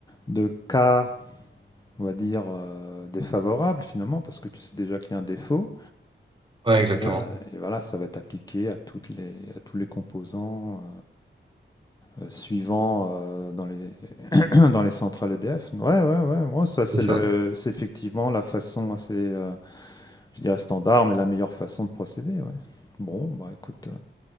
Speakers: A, on the left (about 20°); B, on the right (about 25°).
A: de cas, on va dire, heu, défavorables finalement, parce que tu sais déjà qu'il y a un défaut
B: Ouais, exactement.
A: et heu et voilà, ça va être appliqué à toutes les à tous les composants, heu heu, suivants, heu, dans les <coughs> <clears throat> dans les centrales EDF. Ouais, ouais, ouais, Moi, ça c'est
B: C'est ça.
A: le c'est effectivement la façon assez, heu, je dirais standard, mais la meilleure façon de procéder, ouais. Bon, bah, écoute,